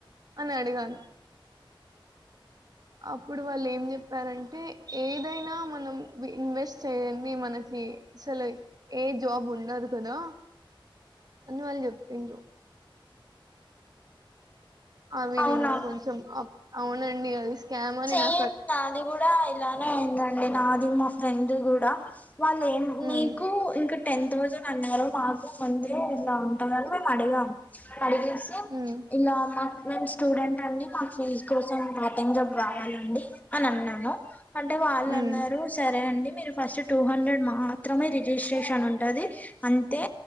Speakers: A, on the right (about 45°); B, on the left (about 15°).
A: అని అడిగాను అప్పుడు వాళ్ళు ఏం చెప్పారంటే ఏ ఏదైనా మనం ఇ-ఇన్వెస్ట్ చేయంది మనకి అసలు ఏ జాబ్ ఉండదు కదా అని వాళ్లు చెప్పిండ్రు అవి
B: అవునా
A: నేను కొంచెం అవ్ అవునండి అది స్కామ్ అని
B: సేమ్
A: నా
B: నాది కూడా ఇలానే అయిందండి నాది మా ఫ్రెండ్ కూడా వాళ్ళ ఏం
A: ఉమ్,
B: మీకు ఇంకా టెన్ తౌసండ్ అన్నారు మాకు ముందే ఇలా ఉంటదని మేం అడిగాం అడిగెసి
A: ఉమ్,
B: ఇలా మాక్ మేము స్టూడెంట్ అండి మా ఫీజ్ కోసం పోర్టింగ్ జాబ్ కావాలండి అని అన్నాను అంటే వాళ్ళు
A: ఉమ్,
B: అన్నారు సరే అండి మీరు ఫస్ట్ టూ హండ్రెడ్ మాత్రమే రిజిస్ట్రేషన్ ఉం టది అంతే